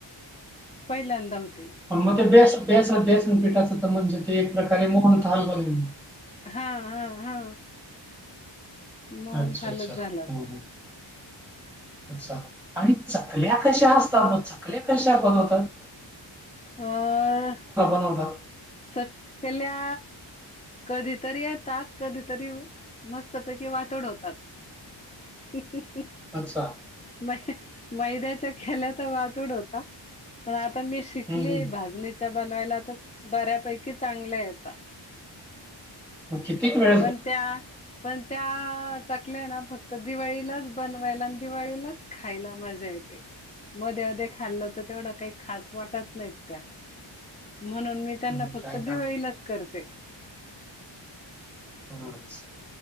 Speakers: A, on the left (about 15°); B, in the centre.
A: पहिल्यांदा होते.
B: प मग ते बेस बेसन बेसन पीठाच तर म्हणजे ते एक प्रकारे मोहनथाल बनवीते.
A: हा हा हा. मोहनथालच
B: अच्छा अच्छा अच्छा
A: झाला
B: हम्म.
A: तो
B: अच्छा, आणि चकल्या कश्या असतात चकल्या कशा बणवतात.?
A: अं
B: बनवता?
A: चकल्या कधीतरी येतात,, कधीतरी मस्तपैकी वातड होतात. हं हं हं.
B: अच्छा.
A: म मैद्याच्या केल्या तर वातुड होता, पण आ आता मी शिकलीय
B: हं, हं.
A: भाजणीच्या बनवायला तर, बऱ्यापैकी चांगल्या येता.
B: मग किती वेळ
A: पण त्या पण त्या चकल्या ना, फक्त दिवाळीलाच बनवायला आणि दिवाळीलाच खायला मजा येते. मध आध खाल्लं तर तेवढं काही खास वाटत नाहीत त्या, म्हणून मी त्यांना
B: मग
A: फक्त
B: काय काम?
A: दिवाळीलाच करते.
B: होच.